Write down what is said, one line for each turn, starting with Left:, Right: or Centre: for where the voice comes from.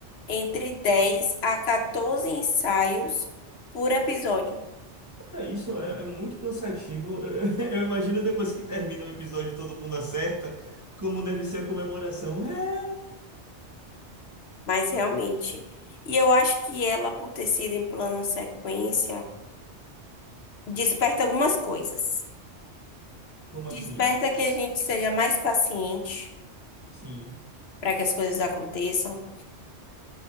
Left: entre 10 a 14 ensaios por episódio.
Right: Olha, isso é, é muito cansativo. <laughs> Eu, eu imagino depois que termina o episódio e todo mundo acerta, como deve ser a comemoração. É,
Left: Mas realmente. E eu acho que ela, por ter sido em plano sequência, desperta algumas coisas.
Right: como assim?
Left: Desperta que a gente seja mais paciente
Right: Sim,
Left: para que as coisas aconteçam.